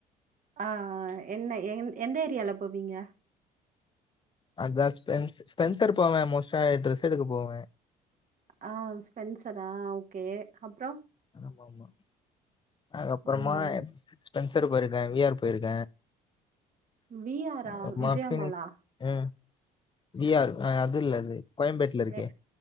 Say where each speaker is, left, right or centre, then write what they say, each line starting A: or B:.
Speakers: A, on the right; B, on the left.
A: ஆ ஆ என்ன என் எந்த ஏரியால போவீங்க
B: அதான் ஸ்பென்ஸ் ஸ்பென்சர் போவே மோஸ்ட்டா ட்ரெஸ் எடுக்க போவே
A: அ ஸ்பென்சரா ஓகே அப்றோ
B: ஆமா ஆமா அதுக்கப்பறமா
A: ம்
B: ஸ்பென்சர் போயிருக்கே வி ஆர் போயிருக்கே
A: வி ஆரா
B: <unintelligible>
A: விஜயமாலா
B: ம் வி ஆர் ஆ அது இல்ல அது கோயம்பேட்ல இருக்கே
A: எ